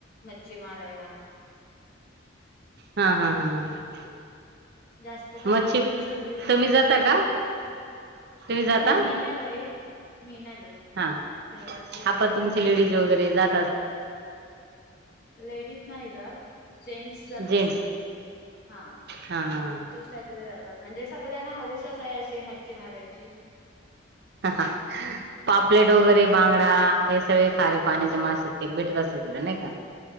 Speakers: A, on the left (about 50°); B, on the right (about 55°).
A: मच्छी मारायला.
B: हा हम हा
A: जास्त तर आमच्या
B: मच्छी
A: इथे सगळे
B: तुम्ही
A: मच्छीच
B: जाता
A: मारतात.
B: का? तुम्ही जाता?
A: नाही मी नाही जाईत मी नाही जात
B: हा
A: घरातली वगैरे
B: हा पण तुमची लेडीज वगैरे जातात
A: लेडीज नाही जात. जेंट्स जातात
B: जेंट्स
A: सगले हा
B: हा हा
A: ते सगले जातात. म्हणजे सगळ्यांना हौसच आहे अशी मच्छी मारायची.
B: पापलेट
A: हा
B: वगैरे बांग डा हे सगळे खारे पाणी चे मासे ते भेटत असेल तिथं नाही का.